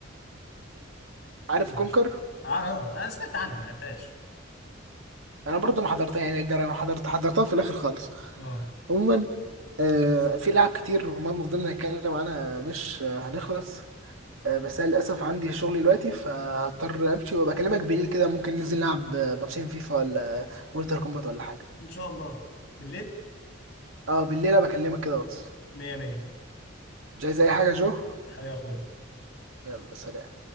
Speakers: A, on the right; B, on the left.
A: عارف
B: مم.
A: كونكر
B: اه اه انا سمعت عنها ما لعبتهاش
A: انا برضو ما حضرتها يعني الجرا- ما حضرت حضرتها في الاخر خالص
B: اه
A: عموما آه، في لعب كتير وما فضلنا نتكلم عنها مش آه، هنخلص آه، بس انا للاسف عندي شغل دلوقتي فهضطر امشي وبكلمك بالليل كده ممكن ننزل نلعب آه، ماتشين فيفا ولا مورتال كومبات ولا حاجه
B: ان شاء الله بالليل
A: اه بالليل بكلمك كده واتس
B: مية مية
A: مش عايز اي حاجه يا جو
B: حبيبي يا اخويا
A: يلا سلام